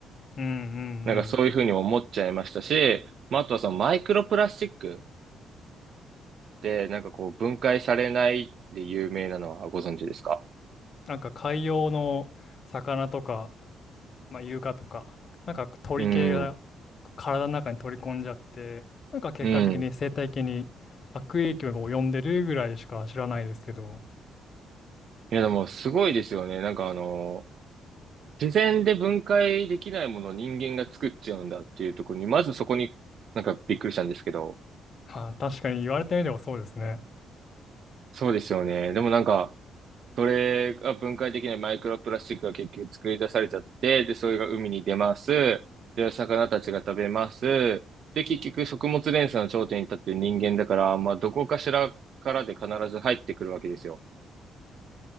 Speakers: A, on the left; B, on the right.
A: うんうんうん。
B: なんかそういうふうに思っちゃいましたし、まあ、あとはそのマイクロプラスチックでなんかこう分解されないで有名なのはご存知ですか
A: なんか海洋の魚とか、まあ、イルカとか、なんか鳥系が
B: うん、
A: 体の中に取り込んじゃって、なんか結果的に生態系に悪影響が及んでるぐらいしか知らないですけど、
B: うん。いや、でもすごいですよね。なんかあの、自然で分解できないものを人間が作っちゃうんだっていうところに、まずそこになんかびっくりしたんですけど、
A: はあ、確かに言われてみればそうですね。
B: そうですよね。でもなんか、それが分解できないマイクロプラスチックが結局作り出されちゃって、で、それが海に出ます。で、魚たちが食べます。で、結局食物連鎖の頂点に立ってる人間だから、まあ、どこかしらからで必ず入ってくるわけですよ。